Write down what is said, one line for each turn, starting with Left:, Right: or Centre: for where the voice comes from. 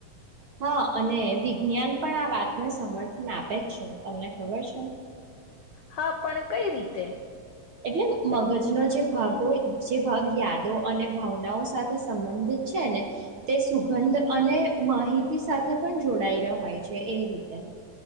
Right: હા, અને વિજ્ઞાન પણ આ વાતને સમર્થન આપે જ છે તમને ખબર છે.
Left: હા પણ કઈ રીતે?
Right: એટલે મગજનો જે ભાગો જે ભાગ યાદો અને ભાવનાઓ સાથે સંબંધિત છે, ને તે સુગંધ અને માહિતી સાથે પણ જોડાયેલો હોય છે, એ રીતે